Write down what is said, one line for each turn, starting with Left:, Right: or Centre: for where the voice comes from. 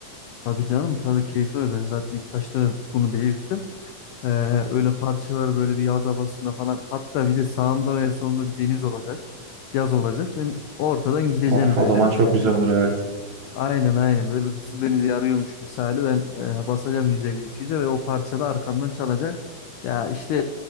Left: Tabii canım tabii keyfi öyle. Ben zaten ilk başta bunu belirttim. Ee, öyle parçalar böyle bir yaz havasında falan. Hatta bir de sağımda veya solumda bir deniz olacak. Yaz olacak. Ben ortadan gideceğim
Right: Of
Left: böyle.
Right: o zaman çok
Left: E,
Right: güzel olur evet.
Left: Aynen aynen böyle Kızıldeniz'i arıyormuş misali ben e, basacağım 150-200'e ve o parçada arkamdan çalacak. Ya işte